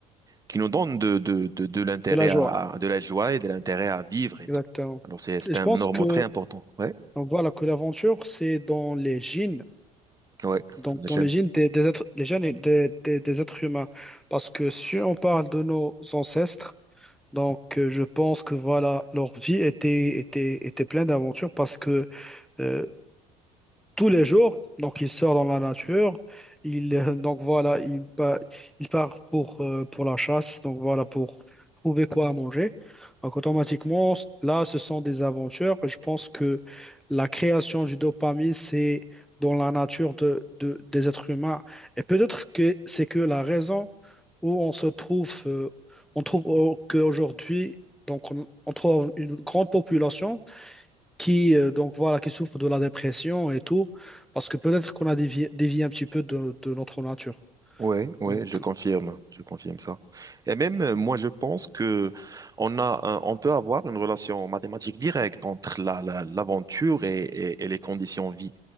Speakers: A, on the right; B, in the centre.
A: qui nous donne de, de, de, de l'intérêt
B: de la joie,
A: à, de la joie et de l'intérêt à vivre et
B: exactement.
A: tout. Alors, c'est, c'est
B: Et je
A: un
B: pense
A: normand
B: que,
A: très important. Ouais,
B: donc voilà, que l'aventure, c'est dans les gènes,
A: ouais,
B: donc
A: j'aime.
B: dans les gènes des, des êtres, les gènes et des, des- des êtres humains. Parce que si on parle de nos ancêtres, donc euh, je pense que voilà, leur vie était, était, était pleine d'aventures parce que euh, tous les jours. Donc, il sort dans la nature. Il, euh, donc, voilà, il, pa- il part pour, euh, pour la chasse. Donc, voilà, pour trouver quoi à manger. Donc, automatiquement, là, ce sont des aventures. Je pense que la création du dopamine, c'est dans la nature de, de- des êtres humains. Et peut-être que c'est que la raison où on se trouve, euh, on trouve au- qu'aujourd'hui, donc, on on trouve une grande population qui euh, donc voilà qui souffrent de la dépression et tout, parce que peut-être qu'on a dévié, dévié un petit peu de, de notre nature.
A: Ouais, ouais,
B: Donc
A: je confirme, je confirme ça. Et même euh, moi, je pense que on a, un- on peut avoir une relation mathématique directe entre la, la- l'aventure et, et- et les conditions de vie.